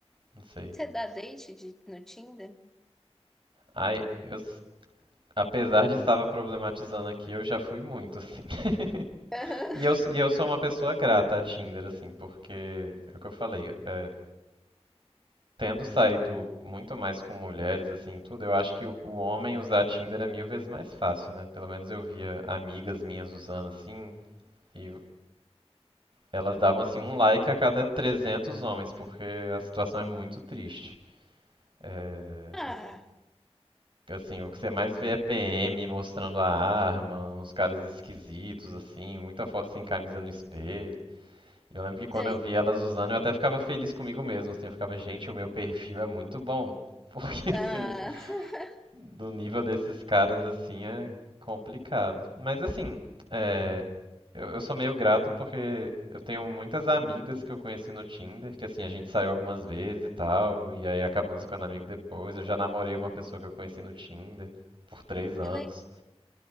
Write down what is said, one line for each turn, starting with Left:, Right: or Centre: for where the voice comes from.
Right: não sei.
Centre: Você dá date de- no Tinder?
Right: Ai, eu, s- apesar de estava problematizando aqui, eu já fui muito assim. <laughs>
Centre: Aham.
Right: E eu, s- e eu sou uma pessoa grata a Tinder assim, porque é o que eu falei, é, tendo saído muito mais com mulheres assim, tudo, eu acho que o, o homem usar Tinder é mil vezes mais fácil, né? Pelo menos eu via amigas minhas usando assim, e Elas davam assim um like a cada 300 homens, porque a situação é muito triste. É,
Centre: Ah,
Right: o, que- assim, o que você mais vê
Centre: sei,
Right: é PM mostrando a arma, uns caras esquisitos assim, muita foto sem camisa no espelho. E eu lembro que quando
Centre: sei.
Right: eu vi elas usando, eu até ficava feliz comigo mesmo, assim, eu ficava, gente, o meu perfil é muito bom. <laughs> Porque
Centre: Ah,
Right: assim,
Centre: <laughs>
Right: do nível desses caras, assim, é complicado. Mas, assim, é, eu, eu sou meio grato porque eu tenho muitas amigas que eu conheci no Tinder, que, assim, a gente saiu algumas vezes e tal, e aí acabamos ficando amigo depois. Eu já namorei uma pessoa que eu conheci no Tinder por três anos.
Centre: que legal,